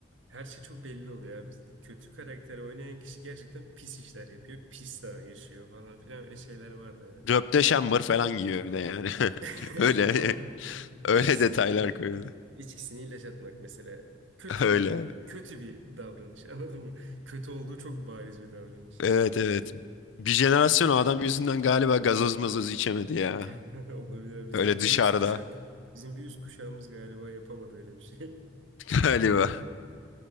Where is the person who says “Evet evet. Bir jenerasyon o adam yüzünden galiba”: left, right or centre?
Left